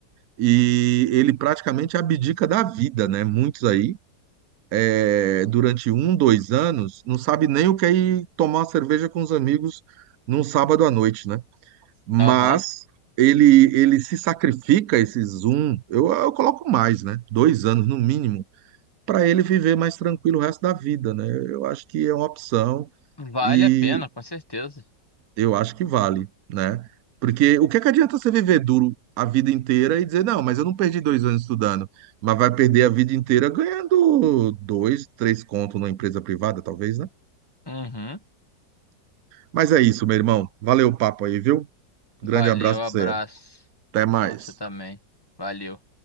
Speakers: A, on the right (about 65°); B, on the left (about 15°).
A: e ele praticamente abdica da vida, né? Muitos aí é, durante um, dois anos, não sabe nem o que é ir tomar uma cerveja com os amigos num sábado à noite, né? Mas
B: Aham.
A: ele, ele se sacrifica, esses um, eu, eu coloco mais, né? Dois anos no mínimo, para ele viver mais tranquilo o resto da vida, né? Eu acho que é uma opção.
B: Vale
A: E
B: a pena, com certeza.
A: eu acho que vale, né? Porque o que é que adianta você viver duro a vida inteira e dizer, não, mas eu não perdi dois anos estudando, mas vai perder a vida inteira ganhando dois, três contos numa empresa privada, talvez, né?
B: Uhum.
A: Mas é isso, meu irmão. Valeu o papo aí, viu? Grande
B: Valeu,
A: abraço pra
B: abraço
A: você. Até mais.
B: pra você também. Valeu.